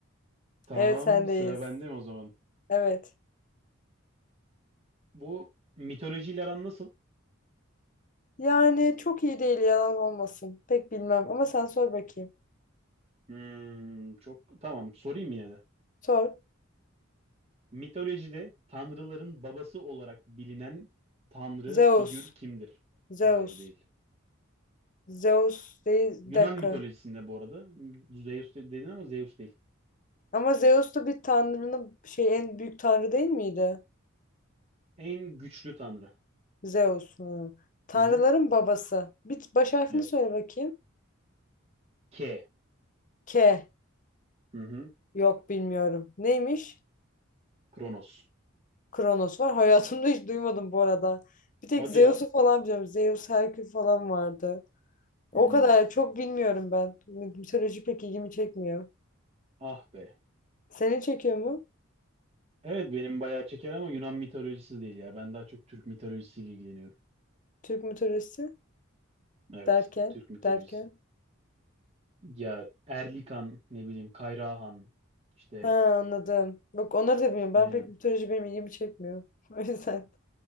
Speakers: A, on the right; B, on the left.
A: Tamam,
B: Evet sendeyiz.
A: sıra bende mi o zaman?
B: Evet.
A: Bu mitolojiyle aran nasıl?
B: Yani çok iyi değil yalan olmasın. Pek bilmem ama sen sor bakayım.
A: Hmm, çok tamam sorayım yine de.
B: Sor.
A: Mitolojide tanrıların babası olarak bilinen tanrı
B: Zeus.
A: figür kimdir?
B: Zeus.
A: Hayır değil.
B: Zeus değil.
A: Yunan
B: Bir dakika.
A: mitolojisinde bu arada Zeus de- dedin ama Zeus değil.
B: Ama Zeus da bir tanrının şey en büyük tanrı değil miydi?
A: En güçlü tanrı.
B: Zeus. Hı. Tanrıların
A: Hı hı.
B: babası. Bir baş harfini
A: Evet.
B: söyle bakayım.
A: K.
B: K.
A: Hı hı.
B: Yok bilmiyorum. Neymiş?
A: Kronos.
B: Kronos var. <laughs> Hayatımda hiç duymadım bu arada. Bir tek
A: Hadi
B: Zeus'u
A: ya.
B: falan biliyorum. Zeus, Herkül falan vardı. O
A: Hmm.
B: kadar çok bilmiyorum ben. Mitoloji pek ilgimi çekmiyor.
A: Ah be.
B: Seni çekiyor mu?
A: Evet benim bayağı çeker ama Yunan mitolojisi değil ya. Ben daha çok Türk mitolojisiyle ilgileniyorum.
B: Türk mitolojisi
A: Evet.
B: derken
A: Türk mitolojisi.
B: derken.
A: Ya Erlikan ne bileyim Kayrahan işte
B: Ha anladım. Bak onları da bilmiyorum.
A: aynen.
B: Ben pek mitoloji benim ilgimi çekmiyor. <laughs> O yüzden.